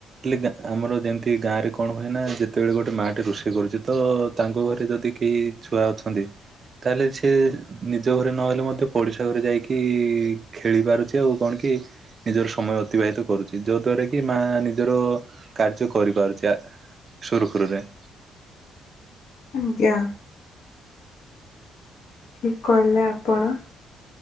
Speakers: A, on the right (about 45°); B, on the left (about 70°).
A: ହେଲେ ଆମର ଯେମିତି ଗାଁରେ କଣ ହୁଏନା ଯେତେବେଳେ ଗୋଟେ ମା ଟେ ରୋଷେଇ କରୁଛି ତ ତାଙ୍କ ଘରେ ଯଦି କି ଛୁଆ ଅଛନ୍ତି ତାହେଲେ ସେ ନିଜ ଘରେ ନହେଲେ ମ ପଡ଼ିଶା ଘରେ ଯାଇକି ଖେଳି ପାରୁଚି ଆଉ କଣ କି ନିଜର ସମୟ ଅତିବାହିତ କରୁଚି। ଯୋ ଦ୍ଵାରା କି କି ମାଆ ନିଜର କାର୍ଯ୍ୟ କରିପାରୁଚି ସୁରୁଖୁରୁରେ।
B: ଆଜ୍ଞା। ଠିକ୍ କହିଲେ ଆପଣ।